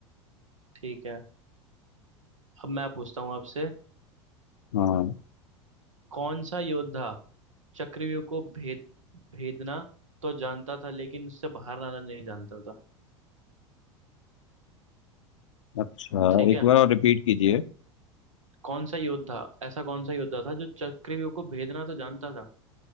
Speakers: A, on the right (about 80°); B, on the left (about 75°).
A: ठीक है अब मैं पूछता हूँ आपसे
B: हाँ
A: कौन सा योद्धा चक्रव्यूह को भेद भेदना तो जानता था लेकिन उससे बाहर आना नहीं जानता था
B: अच्छा
A: ठीक
B: एक
A: है
B: बार और रिपीट कीजिए
A: कौन सा योद्धा ऐसा कौन सा योद्धा था जो चक्रव्यूह को भेदना तो जानता था